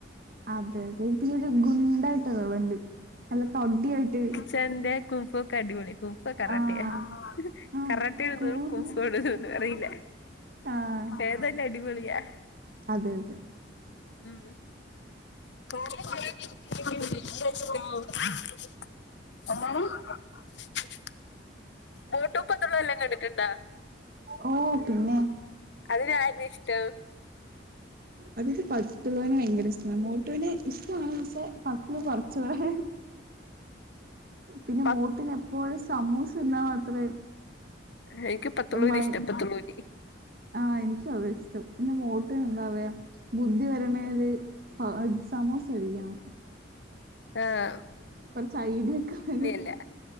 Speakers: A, on the right; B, on the left.
A: അതെ അതെ പിന്നെരു ഗുണ്ടായിട്ട് ആള്ണ്ട്, നല്ല തടിയായിട്ട്.
B: ഫെൻന്റെ കുംഫൊക്കെ അടിപൊളി. കുംഫോ കറാട്ടിയേ?
A: ആഹ് ആഹ്
B: കറാട്ടയാണോ
A: കൂഹു
B: കുംഫാണോ ഒന്നും അറിയില്ല.
A: ആഹ്
B: ഏതായാലും അടിപൊളിയാ.
A: അതെ അതെ.
B: ഉം <inaudible> എന്താണ് <unintelligible> മോട്ടു പത്ലു എല്ലാം കണ്ടിട്ടുണ്ടാ?
A: ഓ പിന്നെ
B: അതിലാര്നെ ഇഷ്ടം?
A: അതിൽ പത്ത്ലു നെ ഭയങ്കര ഇഷ്ടമാണ്. മോട്ടുവിനെ ഇഷ്ടാണ്. പക്ഷെ പത് ലു കുറച്ചുകൂടെ. പിന്നെ
B: പ
A: മോട്ടൂന് എപ്പോഴും സമൂസ തിന്നാൻ മാത്രമേ-
B: എനിക്ക് പത്തുലൂനെ
A: മൈ
B: ഇഷ്ടം, പത്തുളൂ ജി.
A: ആഹ് എനിക്കും അതാ ഇഷ്ടം. പിന്നെ മോട്ടൂന് എന്താ പറയാ ബുദ്ധി വരണൽ സമോസ കഴിക്കണം.
B: ആഹ്
A: കൊറച്ച് ഐഡിയ ഒക്കെരുന്നു.
B: അല്ല.